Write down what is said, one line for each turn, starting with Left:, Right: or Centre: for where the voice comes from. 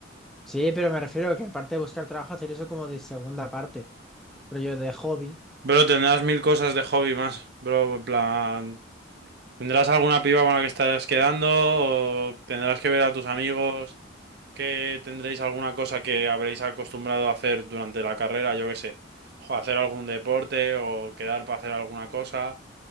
Centre: Sí, pero me refiero a que aparte de buscar trabajo, hacer eso como de segunda parte, pero yo de hobby.
Right: Bro, tendrás mil cosas de hobby más, bro, en plan, ¿tendrás alguna piba con la que estarás quedando o tendrás que ver a tus amigos que tendréis alguna cosa que habréis acostumbrado a hacer durante la carrera, yo qué sé, o hacer algún deporte o quedar para hacer alguna cosa